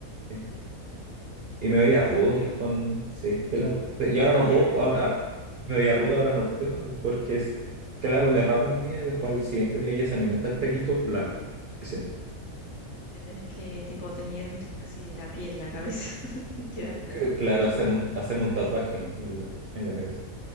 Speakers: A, on the right; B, on the left.
A: sí. Y me veía
B: ¿En
A: rudo
B: serio?
A: con, sí, pelado. Y ahora
B: Me veía
A: no puedo,
B: robo.
A: ahora me veía rudo, ahora no puedo, porque es, claro, me rapo un día y después al siguiente día ya se me nota el pelito blanco que siento.
B: Te tenés que, tipo, teñir casi la piel, la cabeza. <laughs> Quedas peor.
A: Eh, Claro, hacerme, un- hacerme un tatuaje en la, en la cabeza.